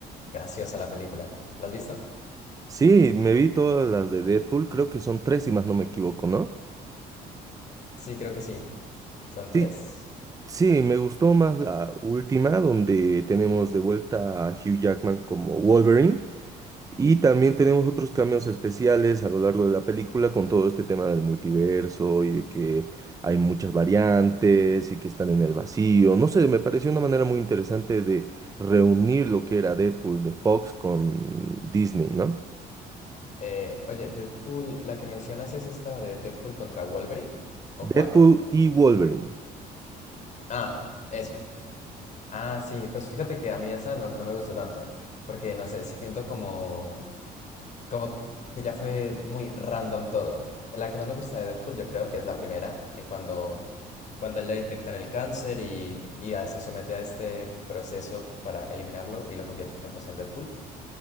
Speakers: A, on the left; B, on the right.
A: graciosa la película. ¿La has visto?
B: sí, me vi todas las de Deadpool, creo que son tres si más no me equivoco, ¿no?
A: Sí, creo que sí. Son tres.
B: Sí, sí, me gustó más la última donde tenemos de vuelta a Hugh Jackman como Wolverine. Y también tenemos otros cambios especiales a lo largo de la película con todo este tema del multiverso y de que hay muchas variantes y que están en el vacío. No sé, me pareció una manera muy interesante de reunir lo que era Deadpool de Fox con Disney, ¿no?
A: Eh, oye, Deadpool, la que mencionas es esta de Deadpool contra Wolverine, ¿o
B: Deadpool
A: cuál?
B: y Wolverine.
A: Ah, eso. Ah, sí, pues fíjate que a mí esa no, no me gustó tanto, porque no sé, siento como, como que ya fue muy random todo. La que más me gusta de Deadpool, yo creo que es la primera, en cuando, cuando a él le detectan el cáncer y, y a él se somete a este proceso para eliminarlo y lo convierten pues en Deadpool.